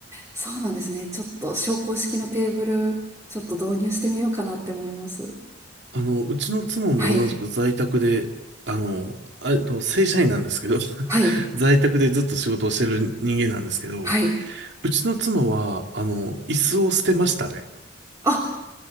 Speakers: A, on the right (about 15°); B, on the right (about 60°).
A: そうなんですね。ちょっと、昇降式のテーブル、ちょっと導入してみようかなって思います。
B: あの、うちの妻も同じく在宅で、
A: はい、
B: あの、あえっと、正社員なんですけど、<laughs>
A: はい、
B: 在宅でずっと仕事をしてる人間なんですけど、
A: はい。
B: うちの妻は、あの、椅子を捨てましたね。
A: あ、